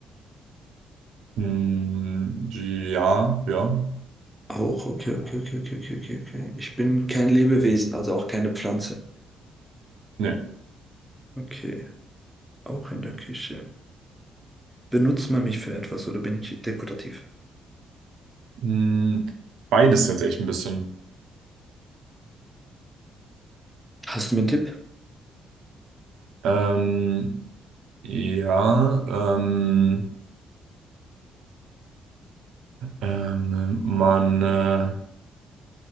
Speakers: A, on the right; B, in the centre.
A: Mm, Ja, ja,
B: Auch, okay, okay, okay, okay, okay, okay. okay. Ich bin kein Lebewesen, also auch keine Pflanze.
A: nee.
B: Okay, auch in der Küche. Benutzt man mich für etwas oder bin ich dekorativ?
A: Mm, Beides tatsächlich ein bisschen.
B: Hast du mir einen Tipp?
A: Ähm, ja, ähm, ähm, man, äh,